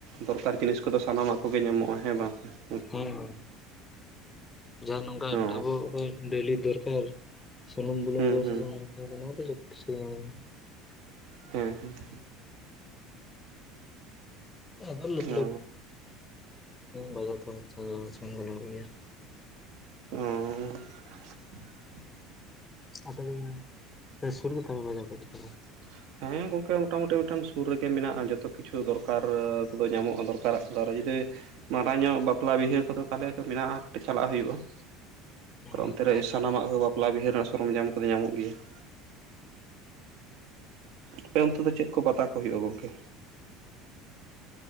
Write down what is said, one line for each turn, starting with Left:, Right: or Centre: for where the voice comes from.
Right: ᱫᱚᱨᱠᱟᱨ ᱡᱤᱱᱤᱥ ᱠᱚᱫᱚ ᱥᱟᱱᱟᱢᱟᱜ ᱠᱚᱜᱮ ᱧᱟᱢᱚᱜ-ᱟ ᱦᱮᱸ ᱵᱟᱝ ᱾
Left: ᱦᱮᱸ ᱾ ᱡᱟᱦᱟᱸ ᱱᱚᱝᱠᱟ
Right: ᱚ
Left: ᱟᱵᱚ ᱚᱠᱚᱭ ᱰᱮᱞᱤ ᱫᱚᱨᱠᱟᱨ ᱥᱩᱱᱩᱢ ᱵᱩᱞᱩᱢ
Right: ᱦᱩᱸ
Left: ᱠᱚ
Right: ᱦᱩᱸ
Left: ᱥᱟᱥᱟᱝ ᱦᱮᱸ ᱱᱚᱣᱟ ᱫᱚ ᱡᱚᱛᱚ ᱠᱤᱪᱷᱩ ᱜᱮ ᱧᱟᱢᱚᱜ-ᱟ ᱾
Right: ᱦᱮᱸ ᱦᱮᱸ ᱾
Left: ᱟᱫᱚ <unintelligible>
Right: ᱚ
Left: ᱵᱟᱡᱟᱨ ᱫᱚ ᱥᱮᱱ ᱜᱮ ᱞᱟᱜᱟᱜ ᱜᱮᱭᱟ ᱾
Right: ᱚᱻ
Left: ᱟᱫᱚ ᱯᱮ ᱥᱩᱨ ᱜᱮ ᱛᱟᱯᱮ ᱵᱟᱡᱟᱨ ᱠᱚ ᱫᱚ ᱾
Right: <inaudible> ᱦᱮᱸ ᱜᱚᱝᱠᱮ ᱢᱚᱴᱟᱢᱩᱴᱤ ᱢᱤᱫᱴᱮᱱ ᱥᱩᱨ ᱨᱮᱜᱮ ᱢᱮᱱᱟᱜ-ᱟ ᱡᱚᱛᱚ ᱠᱤᱪᱷᱩ ᱫᱚᱨᱠᱟᱨ ᱠᱚᱫᱚ ᱧᱟᱢᱚᱜ-ᱟ ᱫᱚᱨᱠᱟᱨᱟᱜ ᱠᱚᱫᱚ ᱾ ᱟᱨᱚ ᱡᱩᱫᱤ ᱢᱟᱨᱟᱝ ᱧᱚᱜ ᱵᱟᱯᱞᱟ ᱵᱤᱦᱟᱹ ᱠᱚᱫᱚ ᱛᱟᱦᱚᱞᱮ ᱢᱮᱱᱟᱜ-ᱟ ᱟᱨ ᱠᱟᱹᱴᱤᱡ ᱪᱟᱞᱟᱜ ᱦᱩᱭᱩᱜ-ᱟ ᱾
Left: ᱛᱟᱞᱮ
Right: ᱚᱱᱛᱮ ᱨᱮ ᱥᱟᱱᱟᱢᱟᱜ ᱜᱮ ᱵᱟᱯᱞᱟ ᱵᱤᱦᱟᱹ ᱨᱮᱱᱟᱜ ᱥᱚᱨᱚᱢᱡᱟᱢ ᱠᱚᱫᱚ ᱧᱟᱢᱚᱜ ᱜᱮᱭᱟ ᱾ ᱟᱯᱮ ᱚᱱᱛᱮ ᱫᱚ ᱪᱮᱫ ᱠᱚ ᱯᱟᱛᱟ ᱠᱚ ᱦᱩᱭᱩᱜ-ᱟ ᱜᱚᱝᱠᱮ?